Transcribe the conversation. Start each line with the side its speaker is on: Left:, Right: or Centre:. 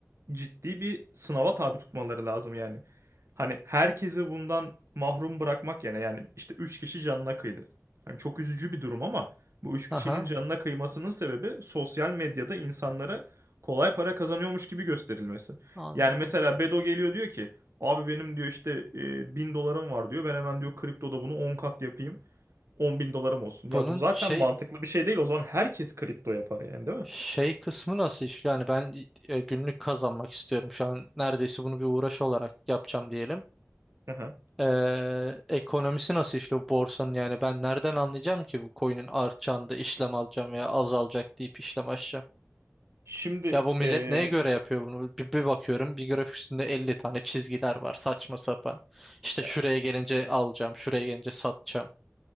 Right: ciddi bir sınava tabi tutmaları lazım yani. Hani herkesi bundan mahrum bırakmak yani yani işte 3 kişi canına kıydı. Hani çok üzücü bir durum ama bu 3
Centre: Aha
Right: kişinin canına kıymasının sebebi sosyal medyada insanlara kolay para kazanıyormuş gibi gösterilmesi.
Centre: anladım.
Right: Yani mesela Bedo geliyor diyor ki abi benim diyor işte e, 1000 dolarım var diyor ben hemen diyor kriptoda bunu 10 kat yapayım on bin dolarım olsun. Ya
Centre: Bunun
Right: bu zaten
Centre: şey
Right: mantıklı bir şey değil o zaman herkes kripto yapar yani değil mi?
Centre: şey kısmı nasıl işliyor? Yani ben e, günlük kazanmak istiyorum. Şu an neredeyse bunu bir uğraş olarak yapacağım diyelim.
Right: Aha.
Centre: Ee, ekonomisi nasıl işliyor borsanın yani ben nereden anlayacağım ki bu coin'in artacağını da işlem alacağım veya azalacak deyip işlem açacağım.
Right: Şimdi
Centre: Ya bu millet
Right: eee,
Centre: neye göre yapıyor bunu? Bir, bir bakıyorum bir grafik üstünde 50 tane çizgiler var saçma sapan. İşte
Right: e,
Centre: şuraya gelince alacağım, şuraya gelince satacağım.